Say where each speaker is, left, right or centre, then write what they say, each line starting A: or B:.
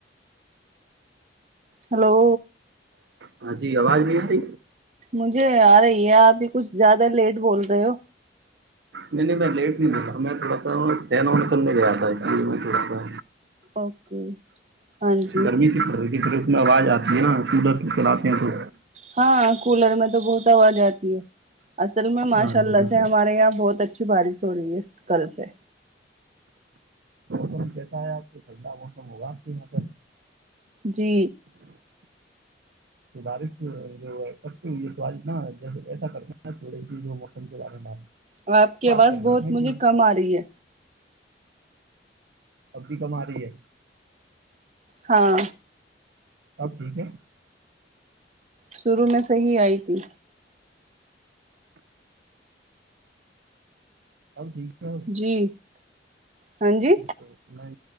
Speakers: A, on the right; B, on the right.
A: ہلو
B: ہاں جی آواز بھی تی
A: مجھے آ رہی ہے ابھی کچھ زیادہ لیٹ بول رہے ہو
B: نہیں نہیں میں لیٹ نہیں ما میں تھوڑا تھا نل میں گیا تھا میں تھوڑا تھا
A: اوکے ہاں جی
B: گرمی سے کر رہ تھی پھر اس میں آواز آتی ہے نا کولر کی چلااتے ہیں تو
A: ہاں کولر میں تو بہت آواز آتی ہے اصل میں ماشاء
B: ہاں
A: اللہ
B: بالکل
A: سے ہمارے یہاں بہت اچھی بارش ہو رہی ہے کل سے
B: مم کہتا ہے آپ کو ٹھنڈا موسم ہوگا آپ کے یہاں پرل
A: جی
B: بارش جو ہو سج ایسا کرتے چوڑی تھی جو موسم کے بارے میں
A: اور آپ کی
B: بات
A: آواز
B: کر
A: بہت
B: لیتے ہیں
A: مجھے
B: کہ
A: کم آہی ہے
B: اب بھی کم آ رہی ہے
A: ہاں
B: اب ٹیک ہے
A: شرع میں صحی آئی تھی
B: سب ٹھیک ہے
A: جی ہاں جی
B: تو میں